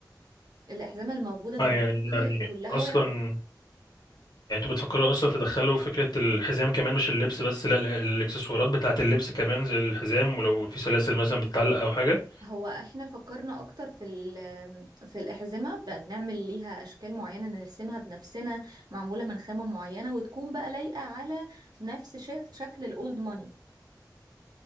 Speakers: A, on the right; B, on the left.
A: الأحزمة الموجودة دلوقتي
B: اه يعني يعني
A: كلها
B: اصلا
A: واحد
B: يعني انتوا بتفكروا اصلا تدخلوا فكرة الحزام كمان مش اللبس بس لا ال- الاكسسوارات بتاعة اللبس كمان زي الحزام ولو في سلاسل مثلا بتتعلق او حاجة
A: هو احنا فكرنا اكتر في ال- في الاحزمه بقى بنعمل ليها اشكال معينه نرسمها بنفسنا معموله من خامه معينه وتكون بقى لايقه على نفس شك- شكل الاولد ماني